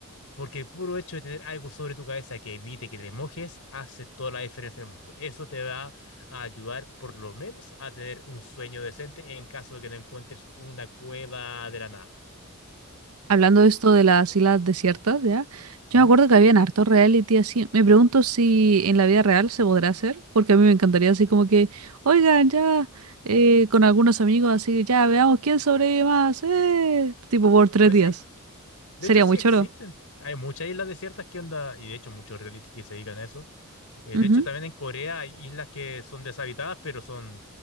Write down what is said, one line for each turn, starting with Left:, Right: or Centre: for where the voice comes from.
Left: Porque el puro hecho de tener algo sobre tu cabeza que evite que te mojes hace toda la diferencia en el mundo. Eso te va a ayudar por lo menos a tener un sueño decente en caso de que no encuentres una cueva de la nada.
Right: Hablando de esto de las islas desiertas, ¿ya? Yo
Left: Ujú.
Right: me acuerdo que había habían harto reality así. Me pregunto si en la vida real se podrá hacer, porque a mí me encantaría así como que, oigan, ya, eh, con algunos amigos así, ya, veamos quién sobrevive más, eh", tipo por tres
Left: Oye,
Right: días.
Left: sí, de
Right: Sería
Left: hecho sí
Right: muy
Left: existen.
Right: choro.
Left: Hay muchas islas desiertas que onda, y de hecho muchos realistas que se dedican a eso, Eh,
Right: Ujú,
Left: de hecho, también en Corea hay islas que son deshabitadas, pero son,